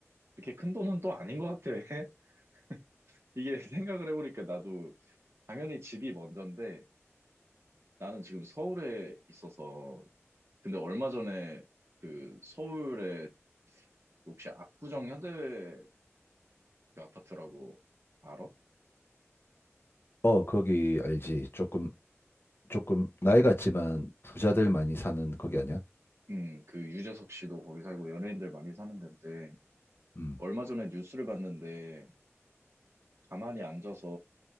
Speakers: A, on the right (about 60°); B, on the left (about 50°).
A: 그렇게 큰 돈은 또 아닌 것 같아. <laughs> 이게 생각을 해보니까 나도 당연히 집이 먼저인데 나는 지금 서울에 있어서 근데 얼마 전에 그 서울에 혹시 압구정 현대 그 아파트라고 알아?
B: 어, 거기 알지. 조금 조금 나이 같지만 부자들 많이 사는 거기 아니야?
A: 음, 그 유재석 씨도 거기 살고 연예인들 많이 사는 데인데
B: 음.
A: 얼마 전에 뉴스를 봤는데 가만히 앉아서